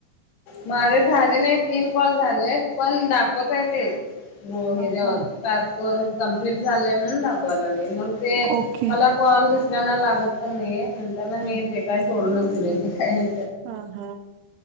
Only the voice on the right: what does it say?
हा
हा
ओके
हम्म
ह ह